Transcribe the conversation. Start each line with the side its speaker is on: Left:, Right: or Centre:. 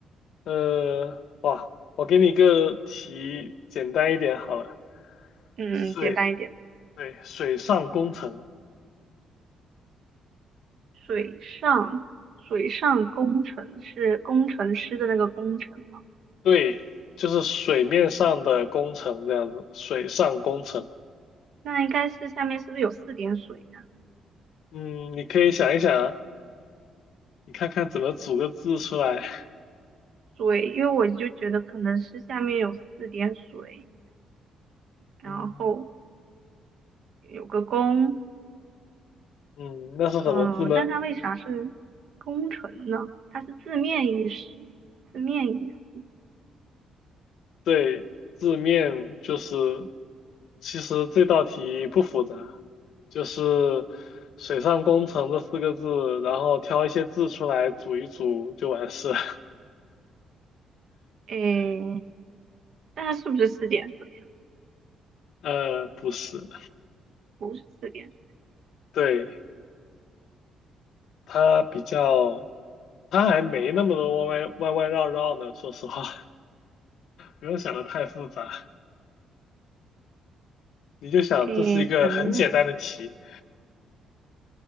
Left: 呃，哇，我给你一个题，简单一点好了，
Right: 嗯，
Left: 水，
Right: 简单一点。
Left: 对，水上工程。
Right: 水上水上工程是工程师的那个工程吗？
Left: 对，就是水面上的工程这样子，水上工程。
Right: 那应该是下面是不是有四点水呀、
Left: 嗯，你可以想一想啊你看看怎么组个字出来。<laughs>
Right: 水，因为我就觉得可能是下面有四点水，然后
Left: 嗯
Right: 有个工，
Left: 嗯，那是什么字呢？
Right: 嗯、但它为啥是工程呢？它是字面意思，字面意思。
Left: 对，字面就是，其实这道题不复杂，就是水上工程这四个字，然后挑一些字出来组一组就完事了。
Right: 诶，那它是不是四点水？
Left: <laughs> 呃，不是，
Right: 不是四点水，
Left: 对，它比较，它还没那么多弯弯弯弯绕绕呢，说实话。不用想的太复杂，你就想这是一个很简单的题，
Right: 诶，纯日，